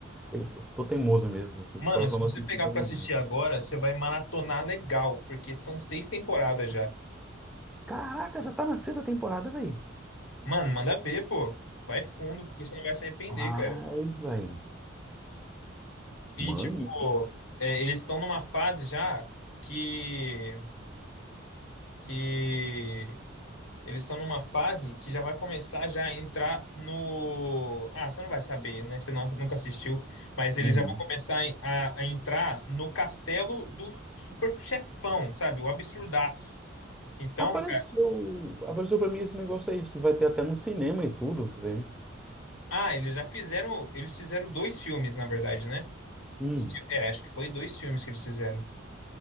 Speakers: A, in the centre; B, on the left (about 85°).
A: eu tô teimoso mesmo.
B: Mano,
A: Só, só
B: se
A: não
B: você
A: assisti
B: pegar
A: teimosinho.
B: pra assistir agora, você vai maratonar legal, porque são seis temporadas já.
A: Caraca, já tá na sexta temporada, velho.
B: Mano, manda ver, pô. Vai fundo, porque você não vai se arrepender,
A: Rapaz,
B: cara.
A: velho.
B: E,
A: Mano.
B: tipo, é, eles estão numa fase já que, que eles estão numa fase que já vai começar já a entrar no. Ah, você não vai saber, né? Você não- nunca assistiu, mas eles
A: Uhum.
B: já vão começar em- a, a entrar no castelo do super chefão, sabe? O absurdaço. Então,
A: Apareceu,
B: cara,
A: apareceu pra mim esse negócio aí. Diz que vai ter até no cinema e tudo. Isso aí.
B: ah, eles já fizeram. Eles fizeram dois filmes, na verdade, né?
A: Hum.
B: É, acho que foi dois filmes que eles fizeram.